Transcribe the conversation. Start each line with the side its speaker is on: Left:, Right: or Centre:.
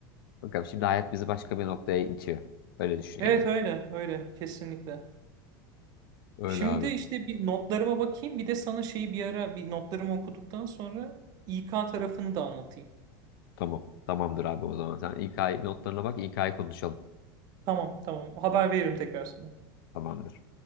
Left: Bakalım şimdi hayat bizi başka bir noktaya itiyor. Öyle düşün
Right: Evet
Left: yani.
Right: öyle öyle kesinlikle.
Left: Öyle
Right: Şimdi
Left: abi.
Right: işte bir notlarıma bakayım bir de sana şeyi bir ara bir notlarımı okuduktan sonra İK tarafını da anlatayım.
Left: Tamam. Tamamdır abi o zaman. Sen İK notlarına bak. İK'yı konuşalım.
Right: Tamam tamam haber veririm tekrar sana.
Left: Tamamdır.